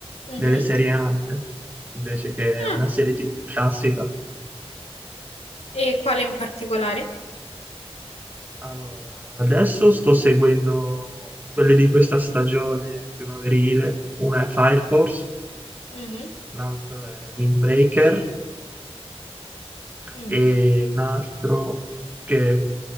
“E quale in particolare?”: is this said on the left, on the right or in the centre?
Left